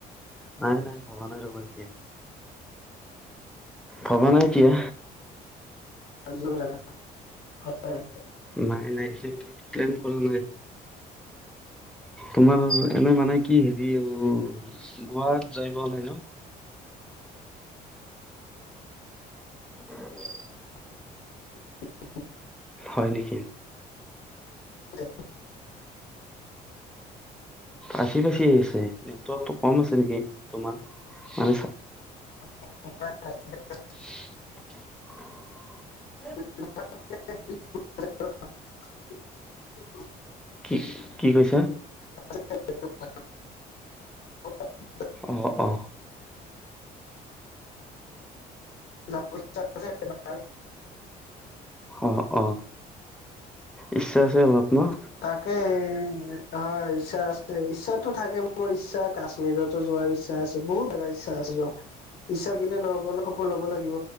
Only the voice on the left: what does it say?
জ জ হয় <unintelligible>
<unintelligible>
হয়।
<unintelligible>
<unintelligible> <unintelligible>
<unintelligible>
এবাৰ
তাকে হয় ইচ্ছা আছে ইচ্ছাতো থাকে মোৰ ইচ্ছা কাশ্মীৰতো যোৱাৰ ইচ্ছা আছে বহুত জাগা ইচ্ছা আছে যোৱা ইচ্ছা থাকিলে নহ'ব সফল হব লাগিব।